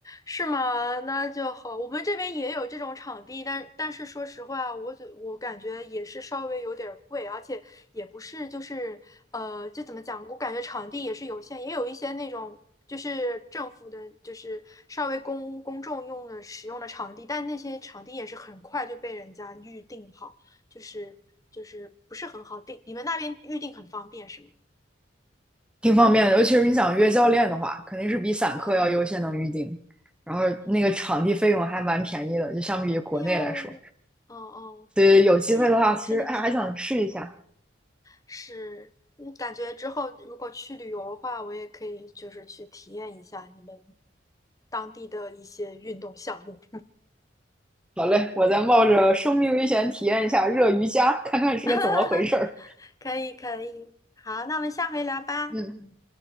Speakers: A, on the left (about 20°); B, in the centre.
A: 是吗？那就好。我们这边也有这种场地，但但是说实话，我觉我感觉也是稍微有点儿贵，而且也不是就是呃，就怎么讲？我感觉场地也是有限，也有一些那种就是政府的，就是稍微公公众用的使用的场地，但那些场地也是很快就被人家预定好，就是就是不是很好定。你们那边预定很方便是吗？
B: 挺方便的，尤其是你想约教练的话，肯定是比散客要优先能预定，
A: 哦，
B: 然后那个场地费用还蛮便宜的，
A: 嗯，
B: 就相比于国内来说。
A: 那就，哦哦，
B: 所以有机会的话，
A: 哎，
B: 其实哎还想试一下。
A: 真的挺好。是，嗯感觉之后如果去旅游的话，我也可以就是去体验一下你们当地的一些运动项目。
B: 好嘞，我再冒着生命危险体验一下热瑜伽，看看是个怎么回事儿。
A: <laughs> 可以，可以，好，那我们下回聊吧。
B: 嗯
A: 嗯，